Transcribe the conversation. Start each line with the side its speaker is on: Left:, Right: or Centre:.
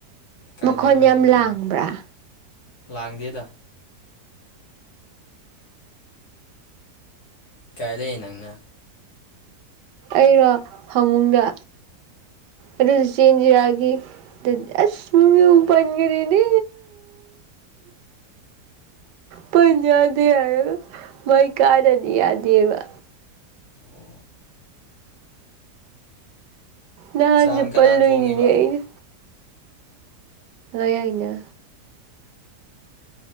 Left: ꯀꯥꯏ
Right: ꯃꯈꯣꯟ
Left: ꯂꯩꯈ꯭ꯔꯕꯅꯣ
Right: ꯌꯥꯝ
Left: ꯈꯪꯗꯦ
Right: ꯂꯥꯡꯕ꯭ꯔꯥ꯫
Left: ꯂꯥꯡꯗꯦꯗ꯫ ꯀꯥꯏ ꯂꯩ ꯅꯪꯅ꯫
Right: ꯑꯩꯔꯣ ꯍꯃꯨꯡꯗ ꯑꯗꯨꯁꯨ ꯆꯦꯟꯖꯤꯔꯥꯒꯤꯗꯤ ꯑꯁ ꯃꯨ ꯄꯟꯈꯔꯦꯅꯦ ꯄꯟ ꯌꯥꯗꯦ ꯍꯥꯏꯔꯒ ꯃꯩ ꯀꯥꯗꯗꯤ ꯌꯥꯗꯦꯕ
Left: ꯑꯣ
Right: ꯅꯍꯥꯟꯖꯨ
Left: ꯆꯥꯡ ꯀꯅꯥꯅ
Right: ꯄꯜꯂꯨꯏ
Left: ꯊꯣꯡꯉꯤꯕ
Right: ꯅꯤꯅꯦ ꯑꯩꯅ ꯗ ꯑꯩꯅ